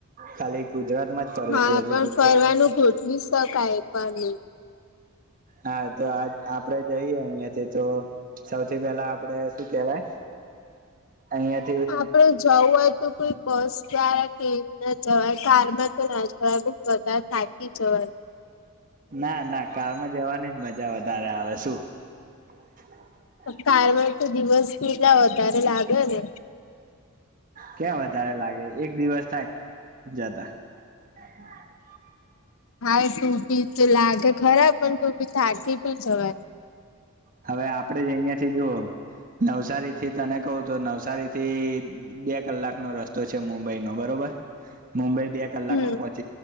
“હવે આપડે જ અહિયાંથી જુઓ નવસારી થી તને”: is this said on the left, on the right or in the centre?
Right